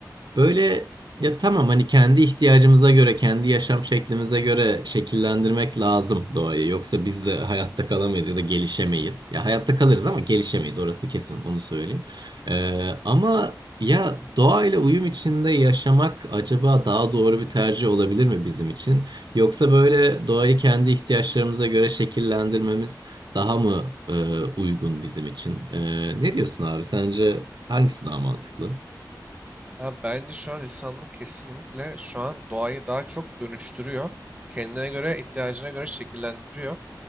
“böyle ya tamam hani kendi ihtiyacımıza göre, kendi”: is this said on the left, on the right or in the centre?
Right